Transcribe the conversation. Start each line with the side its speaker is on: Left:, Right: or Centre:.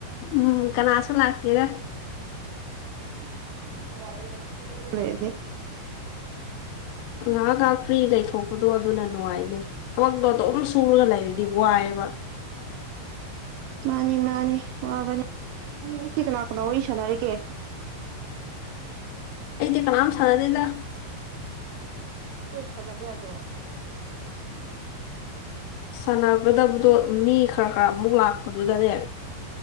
Left: ꯎꯝ ꯀꯅꯥꯁꯨ ꯂꯥꯛꯀꯦꯗ
Right: <inaudible>
Left: ꯉꯍꯥꯛ ꯉꯍꯥꯛ ꯐ꯭ꯔꯤ ꯂꯩꯊꯣꯛꯄꯗꯣ ꯑꯗꯨꯅ ꯅꯨꯡꯉꯥꯏꯅꯦꯦ ꯊꯕꯛꯇꯣ ꯑꯗꯨꯝ ꯁꯨꯔꯒ ꯂꯩꯔꯗꯤ ꯋꯥꯏꯑꯦꯕ
Right: ꯃꯥꯅꯤ ꯃꯥꯅꯤ ꯋꯥꯕꯅꯤ ꯅ ꯉꯁꯤ ꯀꯅꯥ ꯀꯅꯥ ꯋꯥꯔꯤ ꯁꯥꯟꯅꯔꯒꯦ
Left: ꯑꯩꯗꯤ ꯀꯅꯥꯝ ꯁꯥꯟꯅꯗꯦꯗ
Right: ꯑꯦ ꯁꯗ ꯄꯤ ꯌꯥꯖꯃ
Left: ꯁꯥꯟꯅꯒꯗꯕꯗꯣ ꯃꯤ ꯈꯔ ꯈꯔ ꯑꯃꯨꯛ ꯂꯥꯛꯄꯗꯨꯗꯅꯦ